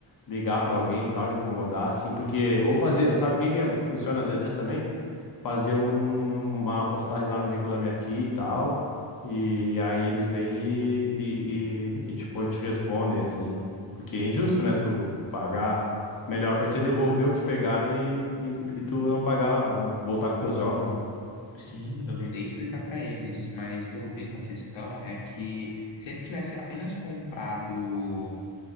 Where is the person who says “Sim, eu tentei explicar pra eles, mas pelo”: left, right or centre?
Left